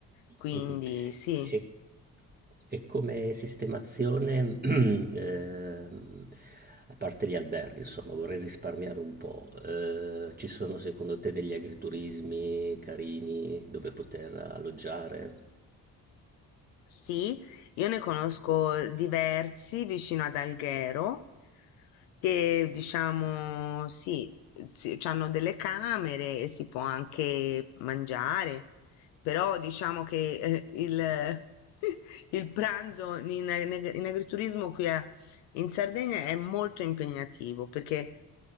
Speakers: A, on the left (about 85°); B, on the right (about 20°).
A: quindi
B: Mh-mh.
A: sì.
B: E e come sistemazione, <clears throat> ehm, a parte gli alberghi, insomma, vorrei risparmiare un po'. Ehm, ci sono secondo te degli agriturismi carini dove poter alloggiare?
A: Sì, io ne conosco diversi vicino ad Alghero che diciamo sì, hanno delle camere e si può anche mangiare, però diciamo che eh, il, <laughs> il pranzo in, ag- in agriturismo qui a- in Sardegna è molto impegnativo perché